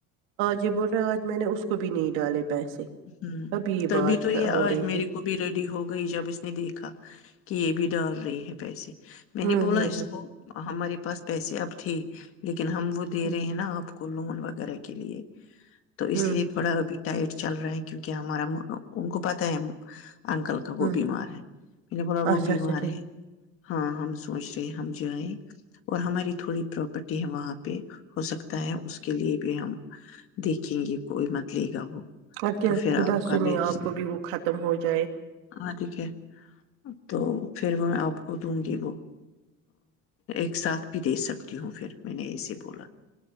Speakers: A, on the right (about 85°); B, on the left (about 45°).
A: جی بول رہا آج میں نے اس کو کو بھی نہیں ڈالے پیسے
B: ہ
A: ابھی یہ
B: تبھی
A: بات
B: تو یہ
A: ہو
B: آج
A: رہی تھی
B: میرے کو بھی ریڈی ہو گئی جب اس نے دیکھا کہ یہ بھی ڈال رہ لری ہی پیسے میں نے
A: ہوں
B: بولا
A: ہوں
B: اس کو ہمارے پاس پیسے اب تھے ل ہم وہ
A: ہ
B: دے رہے ہیں نا آپ کو کو لون وغیرہ کے لیے تو اس
A: ہوں
B: لیے بڑا ابھی ٹائٹ چل رہا ہے کیونکہ ہمارا ان کو پت ہے انکل کا وہ
A: ہوں
B: بیمار ہے م نے بولا وہ
A: اچھا
B: بیمار
A: اچھا ٹھیک
B: ہے ہاں ہم سوچ رہے ہم جائیں اور ہماری تھوڑی پراپرٹی ہے وہاں پہ پہ ہو سکتا ہے اس کے لیے بھی ہم دیکھیں گے کوئی مت لے گا وہ
A: اچھا
B: تو پھر
A: خدا
B: آپ
A: سنے
B: کا میں
A: آپ کو بھی وہ ختم ہو جائے
B: ہاں ٹھیک ہے تو پھر میں آپ کو دوں گی وہ ایک ساتھ بھی دے سکتی ہوں پھر میں نے ایسے بولا